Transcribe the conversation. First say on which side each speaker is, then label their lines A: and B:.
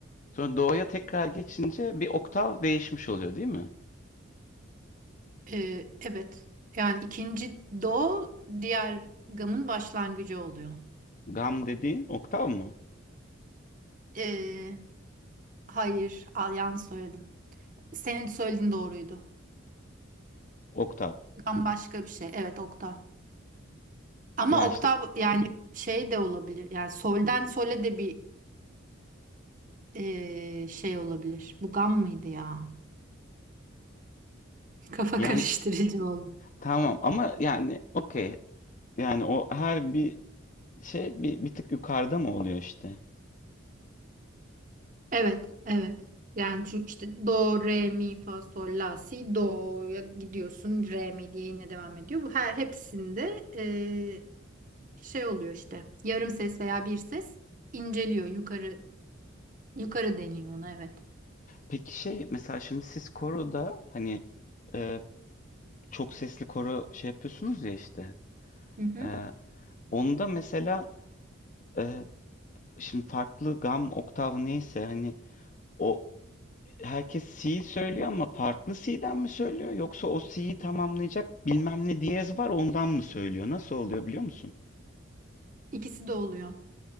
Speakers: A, on the left (about 35°); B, on the right (about 40°).
A: Sonra do'ya tekrar geçince bir oktav değişmiş oluyor değil mi?
B: E, evet yani ikinci do diğer gamın başlangıcı oluyor.
A: Gam dediğin oktav mı?
B: E, hayır al, yanlış söyledim. Senin söylediğin doğruydu.
A: Oktav.
B: Gam başka bir şey. Evet oktav. Ama
A: Yani
B: oktav
A: işte
B: yani şey de olabilir. Yani solden sole de bir eee, şey olabilir. Bu gam mıydı ya? <laughs> Kafa
A: yani
B: karıştırıcı oldu.
A: tamam ama yani okey. Yani o her bir şey bir, bir tık yukarıda mı oluyor işte?
B: Evet, evet. Yani çünkü işte do, re, mi, fa, sol, la, si, do'ya gidiyorsun. Re, mi diye yine devam ediyor. Bu her hepsinde eee, şey oluyor işte. Yarım ses veya bir ses inceliyor. Yukarı yukarı deniyor ona evet.
A: Peki şey mesela şimdi siz koroda hani e, çok sesli koro şey yapıyorsunuz ya işte.
B: Hı hı.
A: E, onda mesela e, şimdi farklı gam oktav neyse hani o herkes C söylüyor ama farklı C'den mi söylüyor yoksa o C'yi tamamlayacak bilmem ne diyez var ondan mı söylüyor? Nasıl oluyor biliyor musun?
B: İkisi de oluyor.